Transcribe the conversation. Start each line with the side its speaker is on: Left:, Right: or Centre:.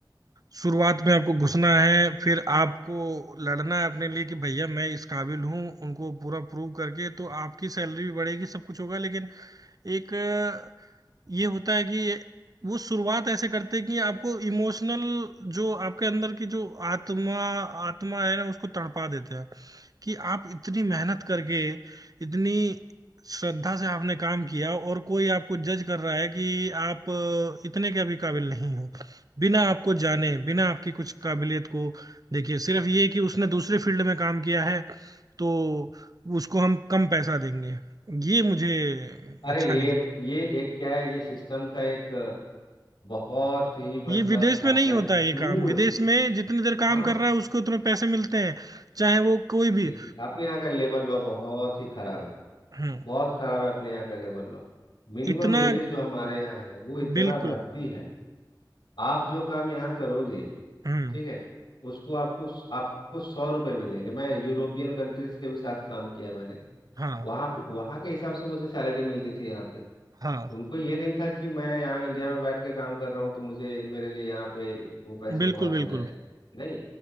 Right: शुरुआत में आपको घुसना है फिर आपको लड़ना है अपने लिए कि भैया मैं इस काबिल हूँ उनको पूरा प्रूव करके तो आपकी सैलरी भी बढ़ेगी सब कुछ होगा लेकिन एक अ, ये होता है कि वो शुरुआत ऐसे करते हैं कि आपको इमोशनल जो आपके अंदर की जो आत्मा आत्मा है ना उसको तड़पा देते हैं कि आप इतनी मेहनत करके इतनी श्रद्धा से आपने काम किया और कोई आपको जज कर रहा है कि आप अ, इतने के भी काबिल नहीं हो बिना आपको जाने बिना आपकी कुछ काबिलियत को देखिए सिर्फ ये कि उसने दूसरे फील्ड में काम किया है तो उसको हम कम पैसा देंगे ये मुझे
Left: अरे
Right: अच्छा
Left: ये
Right: नहीं लगता
Left: ये एक क्या है ये सिस्टम का एक अ, बहुत ही मतलब
Right: ये विदेश
Left: आप
Right: में नहीं
Left: क्या लो
Right: होता
Left: क्रूर
Right: है ये काम विदेश में जितनी देर काम
Left: हाँ
Right: कर रहा है उसको उतने पैसे मिलते हैं चाहे वो कोई भी
Left: देखिए अपने यहाँ का लेबर लॉ बहुत ही खराब है
Right: हम्म
Left: बहुत खराब है अपने यहाँ का लेबर लॉ मिनिमम
Right: इतना
Left: वेजेस जो हमारे यहाँ है वो इतना
Right: बिल्कुल
Left: रद्दी है आप जो काम यहाँ करोगे
Right: हम्म
Left: ठीक है उसको आपको आपको सौ रुपए मिलेंगे मैं यूरोपियन कंट्रीज के भी साथ काम किया मैंने
Right: हाँ
Left: वहाँ पे वहाँ के हिसाब से मुझे सैलरी मिलती थी यहाँ पे
Right: हाँ
Left: उनको ये नहीं था कि मैं यहाँ इंडिया में बैठ के काम कर रहा हूँ तो मुझे मेरे लिए यहाँ पे वो पैसे
Right: बिल्कुल
Left: बहुत
Right: बिल्कुल
Left: हो जाएंगे नहीं